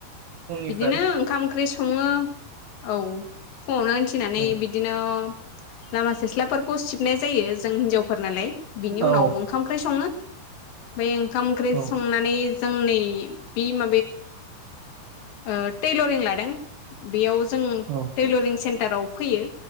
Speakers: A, on the right (about 65°); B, on the left (about 80°).
A: फुंनिफ्राय
B: बिदिनो ओंखाम ओंख्रि सङो औ फुङावनो उथिनानै
A: औ
B: बिदिनो लामा सिस्लाफोरखौ सिबनाय जायो जों हिनजावफोर नालाय बिनि उनाव
A: औ
B: ओंखाम ओंख्रि सङो बेफ्राय ओंखाम ओंख्रि
A: औ
B: स ज म ं लादों बे ों <unintelligible>
A: औ
B: टाराव फैयो